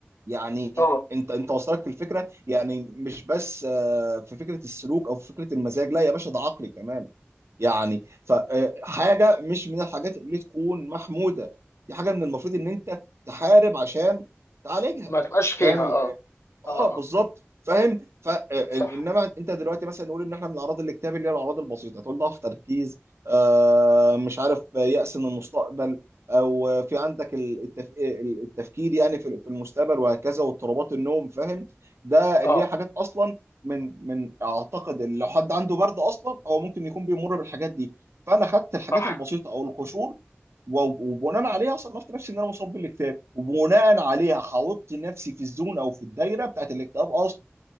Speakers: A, on the right; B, on the left.
A: يعني
B: اه
A: انت انت وصلك الفكره يعني مش بس آه، في فكره السلوك او في فكره المزاج لا يا باشا ده عقلي كمان يعني فحاجة مش من الحاجات اللي تكون محمودة دي حاجة من المفروض ان انت تحارب عشان تعالجها
B: ما تبقاش فيها
A: فاهم ال-
B: اه
A: اه آه،
B: اه
A: بالظبط
B: اه
A: فاهم ف آه،
B: صح
A: انما انت دلوقتي مثلا نقول ان احنا من اعراض الاكتئاب اللي هي الاعراض البسيطه تقول ضعف تركيز آه مش عارف آه، يأس من المستقبل او آه، في عندك ال- التف... ال- التفكير يعني في في المستقبل وهكذا واضطرابات النوم فاهم ده
B: اه
A: اللي هي حاجات اصلا من من اعتقد ان لو حد عنده برد اصلا هو ممكن يكون بيمر بالحاجات دي فانا خدت الحاجات
B: صح
A: البسيطه او القشور و- وبناء عليها صنفت نفسي ان انا مصاب بالاكتئاب وبناء عليها حاطط نفسي في الزون او في الدايره بتاعت الاكتئاب اصلا